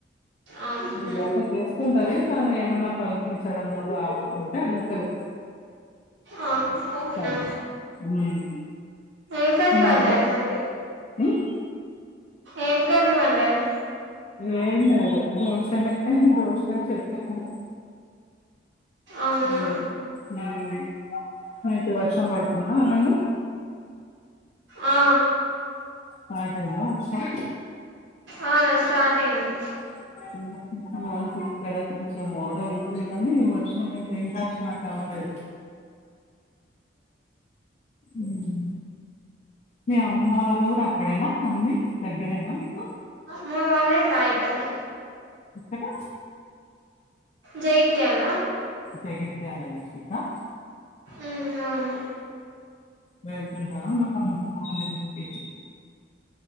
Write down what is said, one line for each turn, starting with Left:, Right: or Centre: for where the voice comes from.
Right: ఆహా
Left: అందాక చేసుకుంటది తన ఏమన్నా పలికించాడము ఆలా ఉంటే అడుగుతది
Right: ఆహ అవునా
Left: తను ఉమ్
Right: ఏం కర్రీవ్వడారు
Left: మా బా
Right: మరి
Left: ఉమ్
Right: ఏం కర్రీ వండారు
Left: ఏం లేదు దోశనే దోశ చెప్పను <inaudible>
Right: అవునా
Left: అంతే హ మీకీ వర్షం బడుతుంద అలానే
Right: ఆ
Left: స్టార్ట్ అయిందా వర్షం
Right: ఆ స్టార్ట్ అయింది.
Left: ఆహ్. అవును ఉమ్ అవునవును ఓకే ఇక్కడ కొంచెం మోడం ఉన్నాయి కానీ వర్షం అయితే ఇంకా స్టార్ట్ అవ్వలేదు. ఉమ్. మీ అమ్మమ్మ వాళ్ళ ఊరు అక్కడేనా అంది దగ్గరేనా మీకు.
Right: మా అమ్మమ్మ వాళ్లది రైకలు.
Left: ఎక్కడ.
Right: జగిత్యాల.
Left: జగిత్యాల డిస్ట్రిక్కా.
Right: ఉహ్మ్ అవును.
Left: వెళ్తుంటారా మీ అమ్మమ్మ వాళ్ళ ఇంటికి.